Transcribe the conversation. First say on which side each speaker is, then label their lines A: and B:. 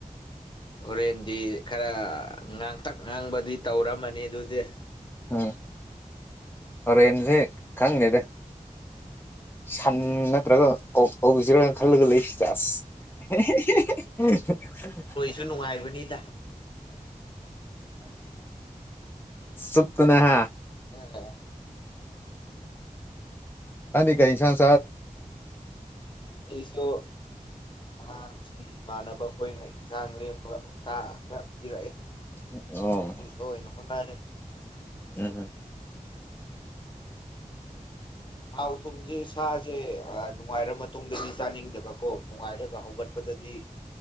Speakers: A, on the left; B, on the left.
A: ꯍꯣꯔꯦꯟꯗꯤ ꯈꯔ ꯉꯥꯡꯇꯛ ꯉꯥꯡꯕꯗꯤ ꯇꯧꯔꯝꯃꯅꯤ ꯑꯗꯨꯗꯤ
B: ꯎꯝ ꯑꯣꯔꯦꯟꯟꯁꯤꯦ ꯈꯪꯅꯦꯗ ꯁꯟ ꯅꯠꯇ꯭ꯔꯒ ꯀꯧꯁꯤꯔꯅ ꯈꯜꯂꯒ ꯂꯩꯁꯤ ꯆ ꯑꯁ <unintelligible>
A: ꯁꯅꯅꯨꯡꯉꯥꯏꯕꯅꯤꯗ
B: ꯆꯨꯞꯇꯅ ꯍꯥ
A: ꯑꯣ
B: ꯅꯥꯡꯗꯤ ꯀꯩ ꯑꯦꯟꯁꯥꯡ
A: ꯑꯩꯁꯨ ꯑꯉꯥꯡꯁꯤ ꯏꯃꯥꯟꯅꯕ ꯑꯩꯈꯣꯏꯅ ꯏꯟꯁꯥꯡ ꯂꯦꯝꯕ ꯎꯁꯥ ꯈꯔ ꯄꯤꯔꯛꯑꯦ
B: ꯑꯣ
A: ꯑꯗꯨꯗꯣ ꯑꯣꯏꯅ ꯍꯣꯠꯅꯔꯦ
B: ꯎꯝ ꯎꯝ
A: ꯍꯥꯎ ꯊꯨꯝꯖꯦ ꯁ ꯁꯦ ꯅꯨꯡꯉꯥꯏꯔ ꯃꯇꯨꯡꯗꯗꯤ ꯆꯥꯅꯤꯡꯗꯕ ꯀꯣ ꯅꯨꯡꯉꯥꯏꯔꯒ ꯍꯧꯒꯠꯄꯗꯗꯤ